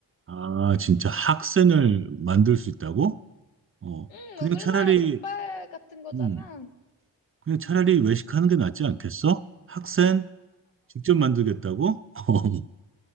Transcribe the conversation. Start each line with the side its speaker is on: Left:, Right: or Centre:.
Right: 아, 진짜 학생을 만들 수 있다고? 어,
Left: 음,
Right: 그냥
Left: 우리나라
Right: 차라리,
Left: 족발 같은 거잖아.
Right: 음, 그냥 차라리 외식하는 게 낫지 않겠어? 학생 직접 만들겠다고? <laughs>